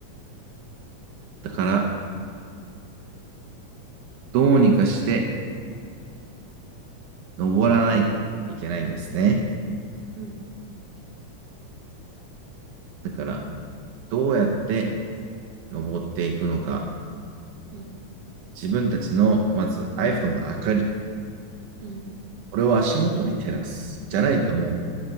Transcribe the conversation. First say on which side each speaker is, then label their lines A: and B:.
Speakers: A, on the right; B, on the right.
A: だから、
B: あ
A: どうにかして登らないといけないんですね。
B: うん、
A: だから、
B: うん、
A: どうやって登っていくのか、
B: うん、
A: 自分たちの、まず iPhone の明かり、
B: うん、
A: これを足元に照らす。じゃないとも